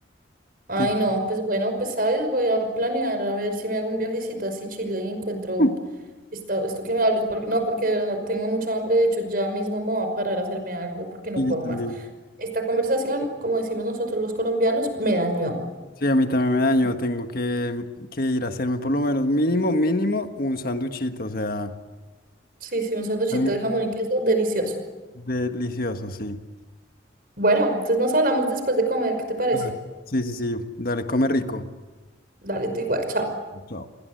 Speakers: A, on the right; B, on the left.
A: Ay,
B: Ti-
A: no, pues bueno, pues sabes, voy a planear a ver si me hago un viajecito así Chile y encuentro
B: <laughs>
A: esto, esto que me hables, porque no, porque de verdad tengo mucha hambre, de hecho ya mismo me voy a parar a hacerme algo porque no
B: Y yo
A: puedo
B: también.
A: más. Esta conversación, como decimos nosotros los colombianos, me dañó.
B: Sí, a mí también me daño. Tengo que, que ir a hacerme por lo menos mínimo, mínimo un sanduchito. O sea,
A: Sí, sí, un sanduchito
B: algo
A: de jamón y queso, delicioso.
B: delicioso, sí.
A: Bueno, entonces nos hablamos después de comer, ¿qué te parece?
B: Dale. Sí, sí, sí. Dale, come rico.
A: Dale, tú igual, chao.
B: Chao.